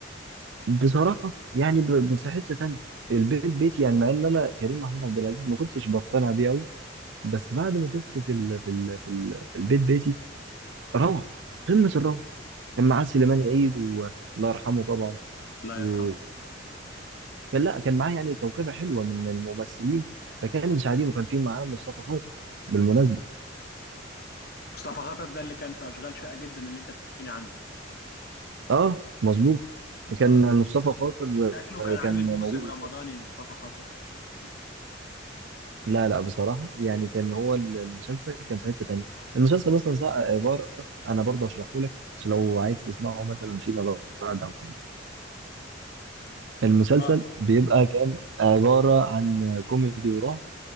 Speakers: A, on the right (about 70°); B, on the left (about 55°).
A: بصراحة يعني ب... ب- في حتة تانية البيت بيت يعني مع ان انا كريم محمود عبد العزيز ما كنتش بقتنع بيه قوي بس بعد ما شفته في ال... في ال... في ال... البيت بيتي روعة قمة الروعة كان معاه سليمان عيد والله يرحمه طبعا
B: الله
A: و...
B: يرحمه
A: كان لا كان معاه يعني كوكبة حلوة من الممثلين فكانوا مساعدين وكان في معاه مصطفى خاطر بالمناسبة
B: مصطفى خاطر ده اللي كان في اشغال شاقة جدا اللي انت بتحكي لي عنه
A: اه مظبوط كان
B: اه
A: مصطفى خاطر
B: شكله
A: آه،
B: كان
A: كان
B: عامل
A: موجود
B: موسم رمضاني مصطفى خاطر آه، كبير
A: لا لا بصراحة يعني كان هو ال- المسلسل كان في حتة تانية المسلسل أصلا صع- عبارة أنا برضه هشرحه لك عشان لو عايز تسمعه مثلا فيما بعد أو حاجة المسلسل
B: اه
A: بيبقى كان عبارة عن كوميدي ورعب